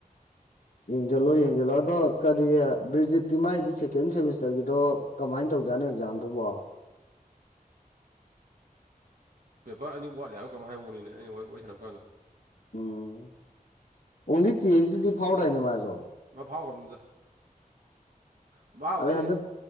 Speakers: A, on the left (about 80°); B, on the right (about 65°).
A: ꯌꯦꯡꯖꯤꯂꯣ
B: ꯇꯧ
A: ꯌꯦꯡꯖꯤꯂꯣ ꯑꯗꯣ ꯀꯗꯤ ꯕꯤ꯭ꯔꯖꯤꯠꯇꯤ ꯃꯥꯒꯤꯗꯤ ꯁꯦꯀꯦꯟ ꯁꯦꯃꯤꯁꯇꯔꯒꯤꯗꯣ ꯀꯃꯥꯏꯅ ꯇꯧꯖꯥꯠꯅꯣ ꯑꯦꯛꯖꯥꯝꯗꯨꯕꯣ
B: ꯄꯦꯄꯔ ꯑꯅꯤ ꯋꯥꯠꯂꯤ ꯍꯥꯏꯔ ꯀꯩꯌꯣꯏꯝꯍꯥꯏꯍꯧꯕꯅꯤꯅꯦ ꯑꯩꯅ ꯋꯥꯔꯤ ꯋꯥꫪꯤ ꯑꯣꯏ ꯁꯥꯟꯅꯕ ꯀꯥꯟꯗ
A: ꯎꯝ ꯑꯣꯡꯂꯤ ꯄꯤ ꯑꯩꯁꯗꯤꯗꯤ ꯐꯥꯎꫪꯗꯥꯏꯅꯦ ꯃꯥꯖꯣ
B: ꯃꯥ ꯐꯥꯎꯈ꯭ꯔꯕꯅꯤꯗ ꯥ ꯃꯥꯕꯨꯗꯤ
A: ꯑꯗꯩ ꯍꯟꯗꯛ